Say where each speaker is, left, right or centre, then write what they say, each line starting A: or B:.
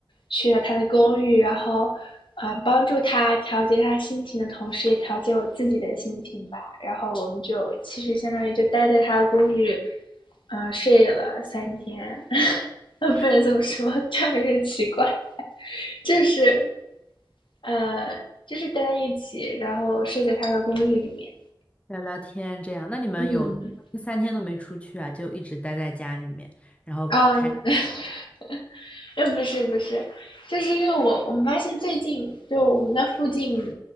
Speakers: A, on the left (about 80°); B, on the left (about 15°).
A: 去了他的公寓，然后，呃，帮助他调节他心情的同时，也调节我自己的心情吧。然后我们就其实相当于就待在他的公寓，嗯、睡了三天，<laughs> 呃不能这么说，
B: <laughs>
A: 这样有点奇怪，就是呃，就是待在一起，然后睡在他的公寓里面。
B: 聊聊天这样，那你们有三天都没出去啊，
A: 嗯，
B: 就一直待在家里面，然后开，
A: 哦嗯，<laughs> 呃，不是不是，就是因为我我们发现最近就我们那附近，